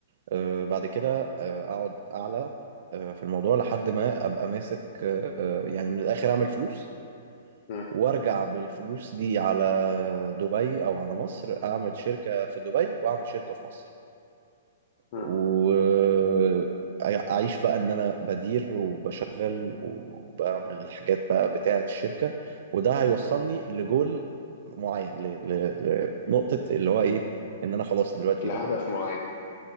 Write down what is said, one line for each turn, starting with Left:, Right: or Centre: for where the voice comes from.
Right: آه بعد كده آه اقعد اعلى آه في الموضوع لحد ما ابقى ماسك آه يعني من الاخر اعمل فلوس
Left: مم.
Right: وارجع بالفلوس دي على دبي او على مصر اعمل شركة في دبي واعمل شركة في مصر
Left: مم.
Right: واعيش بقى ان انا بدير وبشغل وبعمل الحاجات بقى بتاعة الشركة وده هيوصلني لجول معين ل... ل... لنقطة اللي هو ايه ان انا خلاص دلوقتي
Left: الهدف
Right: بقى معايا فلوس
Left: ما هو ايه